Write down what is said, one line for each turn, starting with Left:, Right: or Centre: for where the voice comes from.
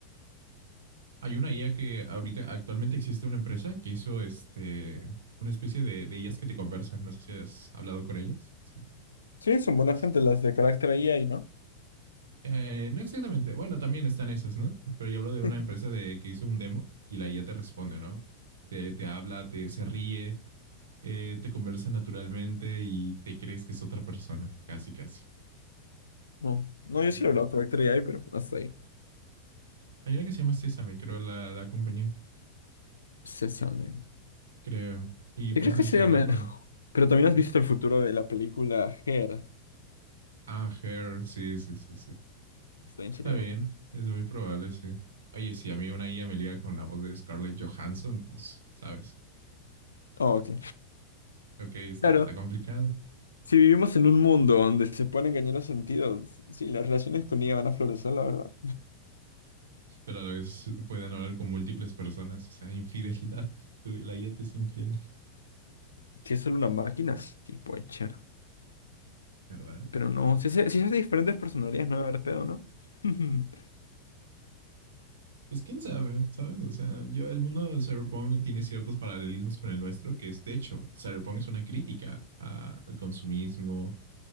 Right: Hay una IA que ahorita actualmente existe una empresa que hizo este una especie de, de IAs que te conversan. No sé si has hablado con ellas. Sí,
Left: Sí, son buena
Right: sí.
Left: gente las de carácter AI, ¿no?
Right: Eh, no exactamente. Bueno, también están esas, ¿no? Pero yo hablo de una
Left: <laughs>
Right: empresa de que hizo un demo y la IA te responde, ¿no? Te, te habla, te se ríe, eh, te conversa naturalmente y te crees que es otra persona, casi, casi.
Left: No, no,
Right: Y
Left: yo sí lo hablo de carácter AI, pero hasta ahí.
Right: hay una que se llama Sésame, creo, la, la compañía,
Left: Sésame.
Right: creo. Y
Left: ¿Y
Right: puedes
Left: crees
Right: elegir
Left: que sería
Right: hablar
Left: mejor?
Right: con.
Left: Pero también has
Right: Ah,
Left: visto el futuro de la película Her.
Right: ah, Her, sí, sí, sí, sí.
Left: Está en serio,
Right: También
Left: bro.
Right: es muy probable, sí. Oye, si a mí una IA me liga con la voz de Scarlett Johansson, pues, ¿sabes?
Left: Oh, ok.
Right: Ok, está,
Left: Claro,
Right: está complicado,
Left: Si vivimos en un mundo donde se pueden engañar los sentidos, sí, las relaciones con ella van a florecer, la verdad.
Right: pero a la vez pueden hablar con múltiples personas, o sea, infidelidad. <laughs> Tú- La IA te es infiel,
Left: Si es solo una máquina, sí, puede ser.
Right: ¿verdad?
Left: Pero no, si se, si se hace diferentes personalidades, no va a haber pedo, ¿no? <laughs>
Right: Pues quién sabe, ¿sabes? O sea, yo, el mundo de Cyberpunk tiene ciertos paralelismos con el nuestro, que es, de hecho, Cyberpunk es una crítica a- al consumismo,